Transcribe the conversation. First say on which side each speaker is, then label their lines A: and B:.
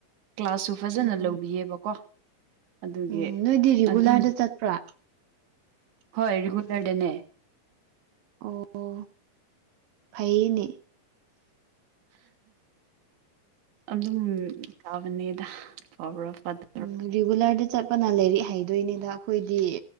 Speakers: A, on the right; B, on the right.
A: ꯀ꯭ꯂꯥꯁꯁꯨ ꯐꯖꯅ
B: ꯎꯝ
A: ꯂꯧꯕꯤꯌꯦꯕꯀꯣ ꯑꯗꯨꯒꯤ
B: ꯎꯝ ꯅꯣꯏꯗꯤ ꯔꯤꯒꯨꯂꯔꯗ
A: ꯑꯗꯨꯝ
B: ꯆꯠꯄ꯭ꯔꯥ
A: ꯍꯣꯏ ꯔꯤꯒꯨꯂꯔꯗꯅꯦ
B: ꯑꯣ ꯐꯩꯅꯦ
A: ꯑꯗꯨꯝ ꯐꯥꯕꯅꯦꯗ ꯐꯥꯕꯔꯥ ꯐꯇ
B: ꯎꯝ ꯔꯤꯒꯨꯂꯔꯗ ꯆꯠꯄꯅ ꯂꯥꯏꯔꯤꯛ ꯍꯩꯗꯣꯏꯅꯤꯗ ꯑꯈꯣꯏꯗꯤ